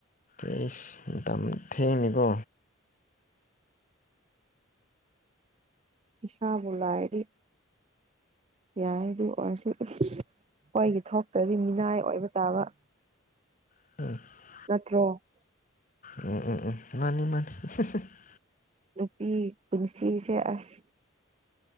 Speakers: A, on the left; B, on the right.
A: ꯏꯁ ꯃꯇꯝ ꯊꯦꯡꯅꯤꯀꯣ
B: ꯏꯁꯥꯕꯨ ꯂꯥꯏꯔꯤ <unintelligible> ꯌꯥꯏ ꯑꯗꯨ ꯑꯣꯏꯔꯁꯨ ꯑꯩꯈꯣꯏꯒꯤ ꯊꯣꯛꯇꯗꯤ ꯃꯤꯅꯥꯏ ꯑꯣꯏꯕ ꯇꯥꯕ
A: <unintelligible>
B: ꯅꯠꯇ꯭ꯔꯣ
A: ꯎꯝ ꯎꯝ ꯎꯝ ꯃꯥꯅꯤ ꯃꯥ <unintelligible>
B: ꯅꯨꯄꯤ ꯄꯨꯟꯁꯤꯁꯦ ꯑꯁ